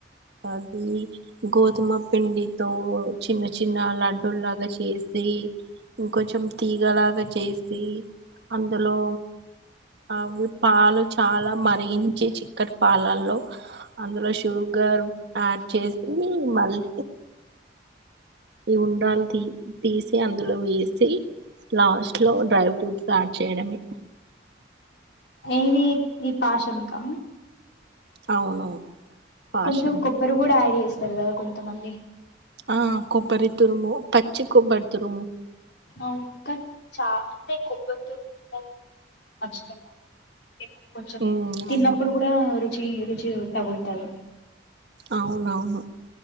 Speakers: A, on the right (about 60°); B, on the left (about 60°).
A: అది గోధుమ పిండితో చిన్న చిన్న లడ్డూలాగా చేసి ఇంకొంచెం తీగలాగా చేసి అందులో అవి పాలు చాలా మరిగించి చిక్ ఇక్కడి పాలాల్లో అందులో షుగర్ యాడ్ చేసి మళ్ళీ ఈ ఉండ్రాళ్ళు తీ తీసి అందులో వేసి లాస్ట్ లో డ్రై ఫ్రూట్స్ యాడ్ చేయడమే
B: ఏది ఈ పాషం కా
A: అవును పాషంలో
B: కొంచెం కొబ్బరి కూడా యాడ్ చేస్తారు కదా కొంతమంది
A: ఆ కొబ్బరి తురుము పచ్చి కొబ్బరి తురుము
B: అవును కానీ చాల అంటే కొబ్బరి తురుముకుండ <inaudible> నచ్చుతది నాకు. అంటే మనకు కొంచెం
A: ఉమ్
B: తిన్నప్పుడు
A: అవును
B: గూడా రుచీ రుచి తగులుతది.
A: అవునవును